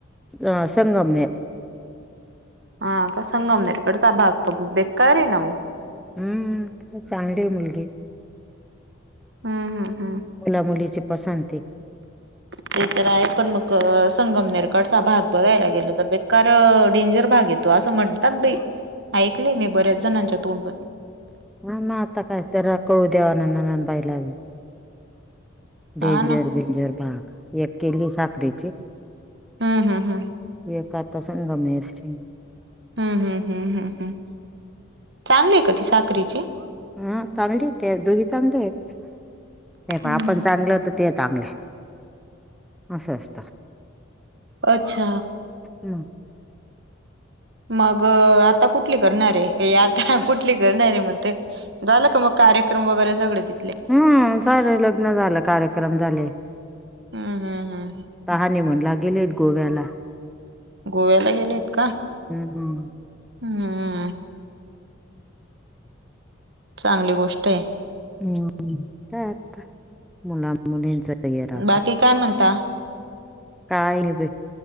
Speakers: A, in the centre; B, on the right (about 55°).
A: अ संगमनेर.
B: हा का, संगमनेर कडचा भाग तो बेकार आहे ना हो.
A: हम्म चांगली आहे मुलगी.
B: हम्म हम्म हम्म
A: मुला मुलीची पसंती
B: ते तर आहे पण, मग संगमनेरकडचा भाग बघायला गेलो तर बेकार डेंजर भाग आहे. तू अस म्हणतात बाई ऐकले मी बऱ्याच जणांच्या तोंडून.
A: हा म आता जरा कळू देवा ना ननंदबाईलाबी
B: हा
A: डेंजर
B: ना
A: आहे. डेंजर भाग एक केली साकरीची.
B: हम्म हम्म हम्म
A: एक आता संगमनेरची
B: हम्म हम्म हम्म हम्म हम्म चांगली आहे का ती साकरीची.
A: हा सांगली आहे. त्या दोघी चांगले आहेत. हे पहा
B: हम्म
A: आपण चांगल तर ते चांगल्या अस असत.
B: अच्छा
A: हम्म
B: मग आता कुठली करणार आहे. हे आता कुठली करणार आहे म्हणतय झालं का मग कार्यक्रम वगैरे सगळे ती
A: हम्म झाले. लग्न झालं कार्यक्रम झाले.
B: हम्म हम्म हम्म
A: आता हनीमूनला गेलेत गोव्याला.
B: गोव्याला गेलेत का?
A: हम्म
B: हम्म चांगली गोष्ट आहे.
A: हम्म काय आता मुला मुलींच ते हे राहत.
B: बाकी काय म्हणता?
A: काय नाही बई